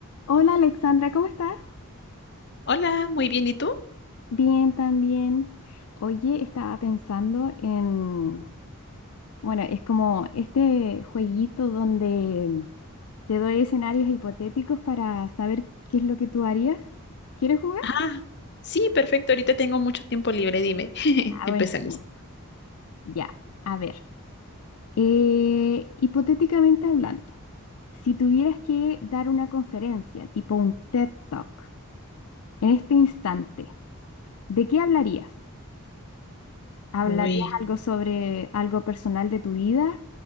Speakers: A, on the left; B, on the left.
A: Hola Alexandra, ¿cómo estás?
B: Hola, muy bien, ¿y tú?
A: Bien, también. Oye, estaba pensando en, bueno, es como este jueguito donde te doy escenarios hipotéticos para saber qué es lo que tú harías. ¿Quieres jugar?
B: Ah, sí, perfecto, ahorita tengo mucho tiempo libre, dime. <laughs>
A: Ah,
B: Empecemos.
A: buenísimo. Ya, a ver. Eh, hipotéticamente hablando, si tuvieras que dar una conferencia, tipo un TED Talk, en este instante, ¿de qué hablarías? ¿Hablarías
B: Uy,
A: algo sobre algo personal de tu vida